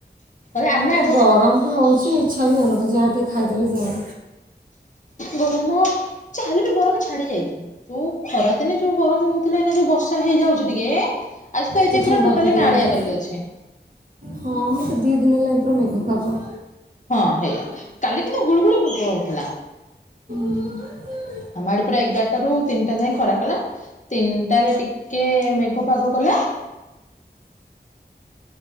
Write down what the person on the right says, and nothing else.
ଏ ଗରମ ବି ହେଉଛି ଇଚ୍ଛା ବି ହେଉନ ଯାହା ଟିକେ ଖାଇଦେଲେ ଯାଏ।
ଟିକେ
ଥଣ୍ଡା
ପଡ଼ିଯାଉଛି
ହଁ ତ ଦି ଦିନ ହେଲା ଏପଟେ ମେଘ ପାଗ।
<inaudible>